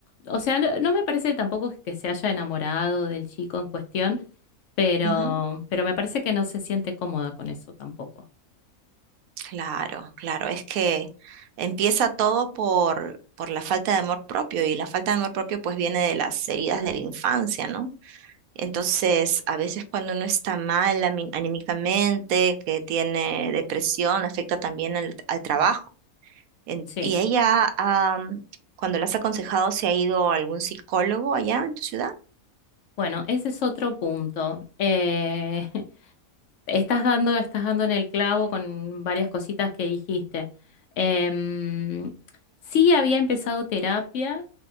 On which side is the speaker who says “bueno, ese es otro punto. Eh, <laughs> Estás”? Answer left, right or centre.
Left